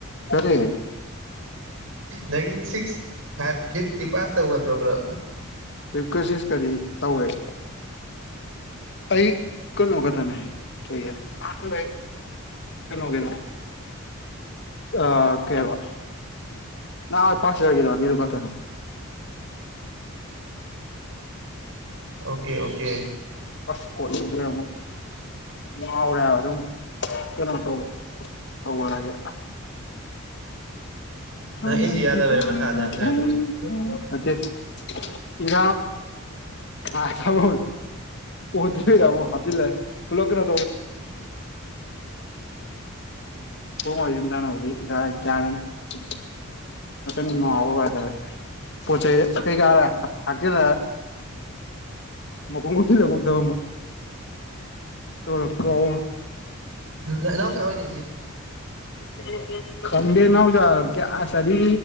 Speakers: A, on the left; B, on the right.
A: ꯀꯔꯤ
B: ꯅꯪ ꯁꯤꯛꯁ ꯐꯥꯏꯚ ꯐꯤꯚꯇꯤ ꯄꯥꯁ ꯇꯧꯒꯗ꯭ꯔꯣꯕ꯭ꯂꯥ
A: ꯐꯤꯞ ꯀ ꯁꯤꯀꯁ ꯀꯗꯤ ꯇꯧꯔꯦ ꯑꯩ ꯀꯅꯣ ꯈꯛꯇꯅꯦ ꯀꯌꯥ ꯑꯍꯥꯟꯕꯩ ꯀꯩꯅꯣ ꯀꯩꯅꯣ ꯑ ꯀꯩꯍꯥꯏꯕ ꯅ ꯐꯥꯁ ꯌꯔꯒꯤꯔꯣ ꯅꯤꯔꯨ ꯈꯛꯇꯅꯦ
B: <inaudible> ꯑꯣꯀꯦ ꯑꯣꯀꯦ
A: ꯑꯁ ꯀꯣꯆꯤꯅꯦ ꯑꯃꯨꯛ ꯉꯥꯎꯔꯦ ꯍꯥꯏꯕ ꯔꯨꯝ ꯀꯅꯣ ꯇꯧ ꯇꯧ <unintelligible>
B: <inaudible>
A: <unintelligible> ꯅꯠꯇꯦ
B: ꯅꯪ ꯑꯦꯁꯤ ꯌꯥꯗꯕꯩꯔ ꯃꯊꯥꯗ ꯌꯥꯝ ꯁꯥꯏꯗꯣ
A: <unintelligible> ꯑꯣ ꯑꯇꯩꯗ ꯑꯃꯨꯛ ꯍꯥꯆꯤꯜꯂꯦ ꯄꯨꯜꯂꯞ ꯀꯅꯣ ꯇꯧ <unintelligible> <unintelligible> <inaudible> ꯍꯟꯗꯛ ꯅꯨꯉꯥꯎꯋꯣ ꯋꯦꯗꯔꯁꯦ ꯄꯣꯠ ꯆꯩꯩ ꯀꯩꯀꯥ ꯊꯛꯆꯤꯜꯂ ꯃꯀꯣꯛ ꯎꯝꯁꯜꯂꯨꯒꯨꯝ ꯇꯧ ꯇꯧꯔ ꯀꯥꯎ
B: <unintelligible> ꯏꯅꯥꯎꯆꯥ ꯍꯣꯢꯗꯤ
A: <inaudible> ꯈꯪ ꯏꯦꯅꯦ ꯅꯥꯎꯖ ꯀ꯭ꯌꯥ ꯁꯥꯊꯤ